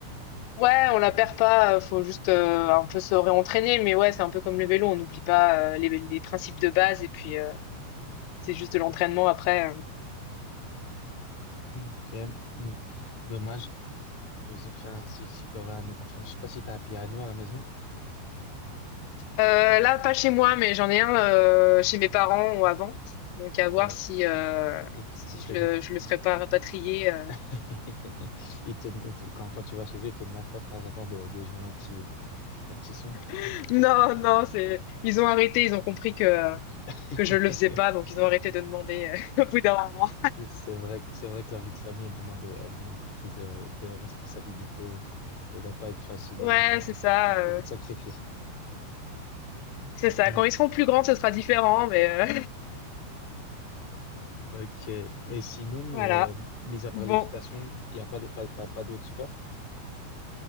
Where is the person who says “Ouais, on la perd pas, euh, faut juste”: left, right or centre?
Left